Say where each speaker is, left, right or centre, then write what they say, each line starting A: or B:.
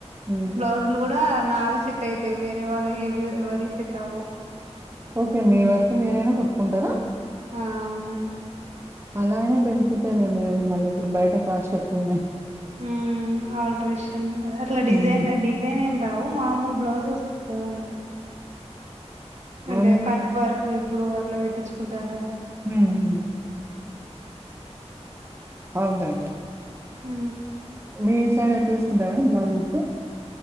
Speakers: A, on the right; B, on the right.
A: ఉమ్
B: రోజులు కూడా నావి సెట్ అయితయి వేరే వాళ్ళ ఏవివరి సెట్ అవ్వవు
A: ఓకే మీ వరకు మీరైనా కుట్టుకుంటరా
B: ఆ ఆ అవునండి
A: అలానే బెనిఫిట్లేం మళ్ళీ ఇప్పుడు బయట కాస్ట్ ఎక్కువ
B: ఉమ్ ఆల్ట్రేషన్ అట్లా డిజైన్
A: మ్మ్
B: డిజైన్ ఏం రావు మామూలు బ్లౌజ్ వస్ తదంతి
A: అవును
B: అంటే కట్ వర్క్ ఇప్పుడు అట్ల పెట్టించుకుంటున్నరు కదా
A: ఉహు ఆ ఉంది ఉంది
B: హు
A: మీ సైడ్ ఎంత తీసుకుంటారు మేడమ్ బ్లౌజ్ కుడితి